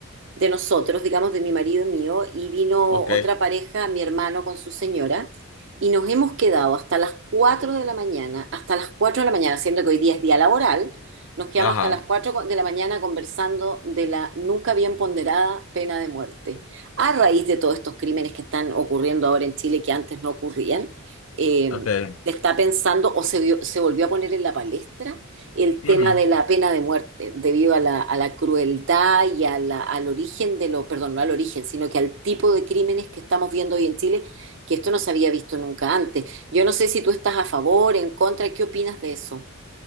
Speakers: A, on the right (about 55°); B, on the left (about 70°).
A: de nosotros, digamos, de mi marido y mío, y vino
B: ok.
A: otra pareja, mi hermano con su señora, y nos hemos quedado hasta las 4 de la mañana, hasta las 4 de la mañana, siendo que hoy día es día laboral, nos quedamos
B: Ajá,
A: hasta las 4 de la mañana conversando de la nunca bien ponderada pena de muerte, a raíz de todos estos crímenes que están ocurriendo ahora en Chile que antes no ocurrían. eh,
B: ok.
A: está pensando o se, vio- se volvió a poner en la palestra el tema
B: Ujú.
A: de la pena de muerte debido a la, a la crueldad y a la, al origen de lo, perdón, no al origen, sino que al tipo de crímenes que estamos viendo hoy en Chile, que esto no se había visto nunca antes. Yo no sé si tú estás a favor, en contra, ¿qué opinas de eso?